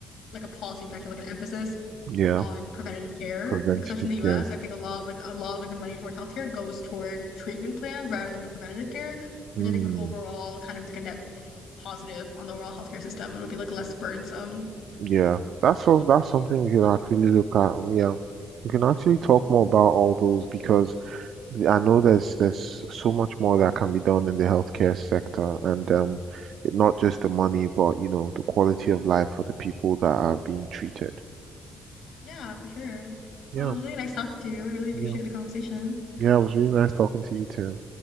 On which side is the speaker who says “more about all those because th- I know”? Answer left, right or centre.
Right